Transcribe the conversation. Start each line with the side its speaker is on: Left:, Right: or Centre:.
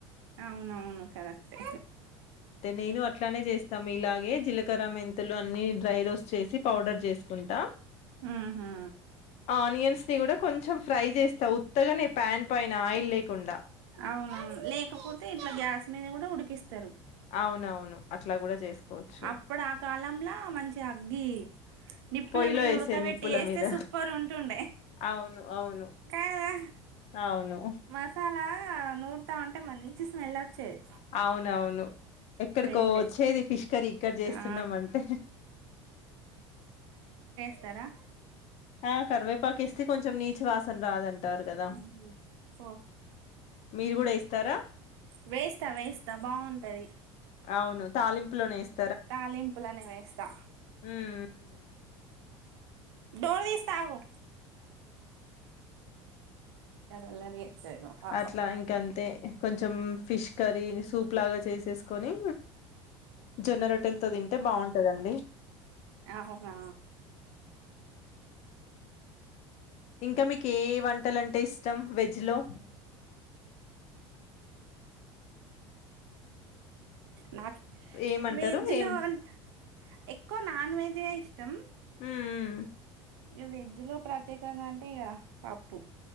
Right: అవునవును కరెక్టే
Left: నేను అట్లానే చేస్తా జీలకర్ కర మెంత్ తులు అన్ని డ్రై రోస్ చేసి పౌడర్ చేసుకుంటా
Right: ఉహు
Left: ఆనియన్స్ ని కూడా కొంచెం ఫ్రై చేస్తా తగలని పాన్ పైన ఆయిల్ లేకుండా
Right: అవును లేకపోతే ఇట్లా గ్యాస్ మీద కూడా ఉడికిస్త తరు
Left: అవునవును అట్లా కూడా చేసుకోవచ్చు
Right: అప్పుడు ఆ కాలంల మంచి అగ్గి నిప్పుల
Left: పొయ్యిలో
Right: మీద
Left: వేసే
Right: ఉడకబెట్టి
Left: నిప్పుల
Right: చేస్తే
Left: మీద
Right: సూపర్ ఉంటుండే
Left: అవును అవును
Right: కాదా
Left: అవును
Right: మసాలా నూర్తా ఉంటే మంచి స్మెల్ వచ్చేది
Left: అవునవును ఎక్కడికో
Right: ఇప్పుడేం లేదు.
Left: వచ్చేది ఫిష్ కర్రీ ఇక్కడ చేస్తున్నాం
Right: ఆ!
Left: అంటే
Right: ఎస్తారా
Left: ఆ కరువే పాకేస్తతికి కొంచం నీచ వాస్ రాదంటారు కదా
Right: హుహు. ఓ
Left: మీరు కూడా ఏస్తారా
Right: వేస్తా వేస్తా బావుంటది
Left: అవును తాలింపులోనే ఎస్
Right: తాలీంపులనే వేస్తా
Left: ఉమ్
Right: డోర్ తీస్త ఆగు అల్లరి చేస్తది మా పాప
Left: అట్లా ఇంక అంతే కొంచెం ఫిష్ కర్రీ సూప్ లాగా చేసేసు కోని జోనర్టెల్ తో తింటే బాగుంటందండి
Right: అవునా
Left: ఇంకా మీకు ఏ వంటలాంటే ఇష్టం వెజ్ హలో
Right: నాక
Left: ఏమంటారు
Right: వెజ్
Left: ఏం
Right: లో అంట ఎక్కువ నాన్ వెజ్ జే ఇష్టం
Left: మ్మ్
Right: ఈ వెజ్ లో ప్రత్యేకంగా అంటే ఇగా పప్పు